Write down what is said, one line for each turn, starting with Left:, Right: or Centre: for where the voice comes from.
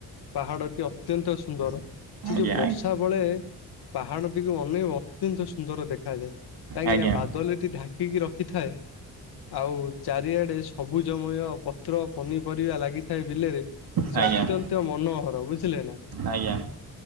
Left: ପାହାଡଟି ଅତ୍ୟନ୍ତ ସୁନ୍ଦର। ସେ
Right: ଆଜ୍ଞା
Left: ଯୋଉ ବର୍ଷା ବଳେ ପାହାଡଟିକୁ ଅନେକ ଅତ୍ୟନ୍ତ ସୁନ୍ଦର ଦେ ଖାଯାଏ କାହିଁକି
Right: ଆଜ୍ଞା।
Left: ନା ବାଦଲଟି ଢାଙ୍କିକି ରଖିଥାଏ ଆଉ ଚାରିଆଡେ ସବୁଜମୟ ପତ୍ର ପନିପରିବା ଲାଗିଥାଏ ବିଲେରେ ସେ
Right: ଆଜ୍ଞା ଆଜ୍ଞା
Left: ଅତ୍ୟନ୍ତ ମନୋହର ବୁଝିଲେ ନା?
Right: ଆଜ୍ଞା।